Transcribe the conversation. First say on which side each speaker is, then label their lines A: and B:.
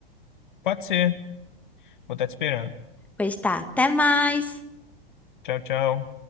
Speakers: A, on the left; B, in the centre.
A: Pode ser. Vou estar te esperando.
B: Pois tá, até mais.
A: Tchau, tchau.